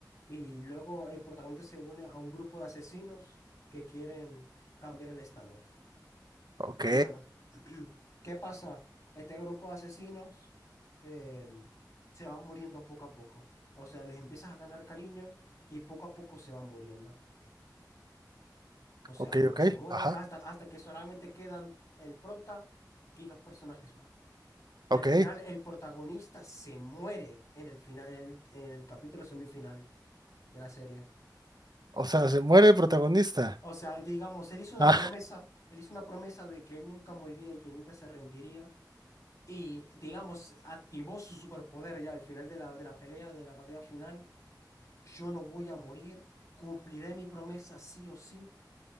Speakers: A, on the left; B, on the right.
A: Y luego el protagonista se une a un grupo de asesinos que quieren cambiar el estado.
B: ok,
A: Y bueno, <clears throat> ¿qué pasa? Este grupo de asesinos em, se van muriendo poco a poco. O sea, les empiezas a ganar cariño y poco a poco se van muriendo. O sea,
B: ok,
A: uno
B: ok,
A: se muere
B: ajá,
A: hasta, hasta que solamente quedan el prota y dos personajes más. Y
B: ok,
A: al final el protagonista se muere en el final, en el, en el capítulo semifinal de la serie.
B: o sea, se muere el protagonista.
A: O sea, digamos, él hizo una
B: Ah,
A: promesa, él hizo una promesa de que él nunca moriría y que nunca se rendiría. y, digamos, activó su superpoder ya al final de la, de la pelea, de la batalla final. Yo no voy a morir, cumpliré mi promesa sí o sí.